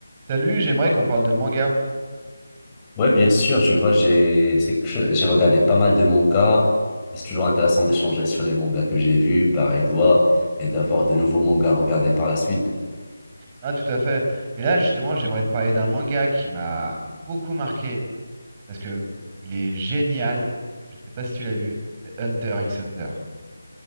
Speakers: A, on the right; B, on the left.
A: Salut, j'aimerais qu'on parle de manga.
B: Ouais, bien sûr, tu vois, j'ai c'est quelque chose- j'ai regardé pas mal de mangas. C'est toujours intéressant d'échanger sur les mangas que j'ai vus, pareil toi, et d'avoir de nouveaux mangas à regarder par la suite.
A: Ah, tout à fait. Et là, justement, j'aimerais te parler d'un manga qui m'a beaucoup marqué parce que il est génial. Je sais pas si tu l'as vu, c'est Hunter x Hunter.